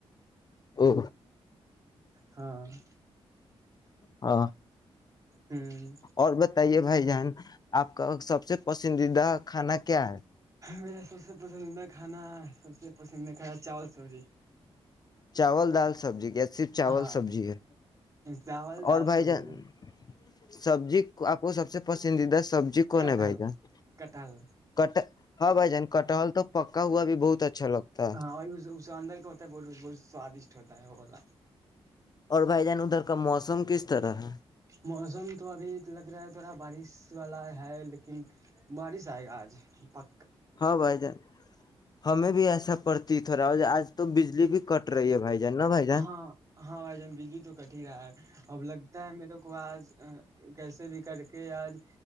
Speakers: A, on the left; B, on the right.
A: او
B: ہاں ج
A: ہاں
B: ہوں
A: اور بتائیے بھائی جان آپ کا سب سے پسندیدہ کھانا کیا ہے
B: میرا سب سے پسندیدہ کھانا سب سے پسندیدہ کھانا چاول سبزی
A: چاول دال سبزی صرف چاول
B: ہاں
A: سبزی ہے
B: چاول دال
A: اور بھائی
B: سبزی
A: جان سبزی آپ کو سب سے پسند پندیدہ سبی کون
B: کٹہل
A: ہے بھ ج
B: کٹہل
A: ہاں بھ جان کٹحل تو پکا ہوا بھی بہت اچھا لگتا ہے
B: ہاں وہ اس اندر کا ہوتا ہے بول ب سوادشٹ ہوتا ہے وہ بولا
A: اور بائی جان ادھر کا موسم کس طرح ہے
B: موسم تو ابھی لگ رہا ہے تھوڑا بارش والا ہے لیکن بارش آئے گا آج پ
A: ہاں بھائی جان ہمیں بھی ایسا پڑتی تھ رہا آج تو بجلی بھی کٹ رہی ہے بھائی جان نا بھائی جان
B: ہاں ہاں بھائی جان بجلی تو کٹ ہی رہا ہے اب لگ تا ہے میرے کو آج کیسے بھی کر کے آج